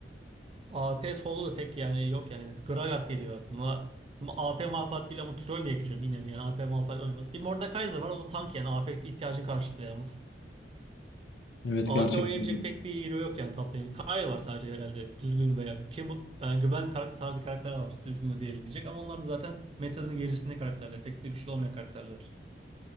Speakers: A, on the right; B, on the left.
A: AP solo da pek yani yok yani. Gragas geliyor aklıma. Ama AP Malphite geliyor ama troll diye geçiyor bir nevi yani AP Malphite oynamaz. Bir Mordekaiser var o da tank yani AP ihtiyacını karşılayamaz.
B: Evet
A: AP
B: gerçekten.
A: oynayabilecek
B: öyle.
A: pek bir hero yok yani top lane'e. Kayle var sadece herhalde düzgün veya kim e, güven kar- tarzı karakter var düzgün de diyebilecek ama onlar da zaten metanın gerisinde karakterler. Pek de güçlü olmayan karakterler.